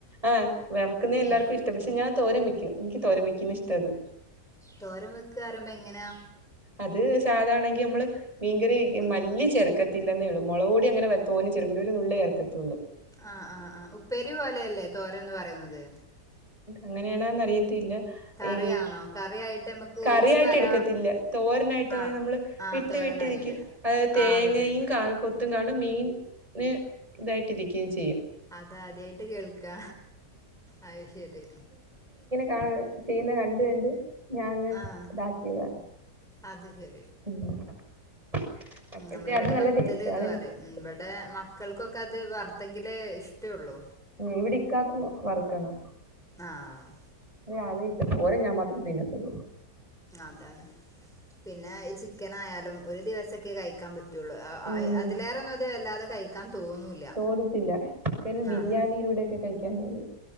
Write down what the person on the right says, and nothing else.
ആ വെർക്കുന്നേ എല്ലാർക്കും
ഇഷ്ടം പക്ഷെ ഞാൻ തോരം വെക്കും ഇൻക്കി തോരൻ വെക്കുന്നതാ ഇഷ്ട്ടത്.
അത് സാധാണെങ്കി മ്മള് മീൻങ്കറി വെക്യും
മല്ലി ചെർക്ക ത്തില്ലെന്നേള്ളൂ മുളക്പോടി അങ്ങനെ തോനെ ചേർക്കൂല ഒരു നുള്ള് ചേർക്കാതേയുള്ളു.
അങ്ങനെയാണോന്ന് അറിയത്തില്ല.
ഈ
കറിയായിട്ട്
എടുക്കത്തില്ല തോരനായിട്ട് അതായത്
നമ്മള്
വിട്ട്
വിട്ടിരിക് അതായത് തേങ്ങയും
കാ കൊത്തും കാണും മീൻ ന്ന് ഇതായിട്ടിരിക്ക്യും ചെയ്യും.
ദാ ചെയ്യുന്ന കണ്ട് കണ്ട് ഞാൻങ്ങനെ
ഇതാക്കിയത
<inaudible> അപ്പഴത്തെ
അത് നല്ല
ടേസ്റ്റാ അതെനിക്ക്
ഇഷ്ടം
ഏ ഇവിടെ ഇക്കാക്കും വെറുക്കണം
നെ അദ്യയി കോര ഞാൻ മാത്രമേ തീന്നത്തൊള്ളൂ.
ഉം
തോന്നത്തില്ല ചിക്കന് ബിരിയാണിയിലൂടെ
ഒക്കെ കഴിക്കാനേ ഒള്ളൂ.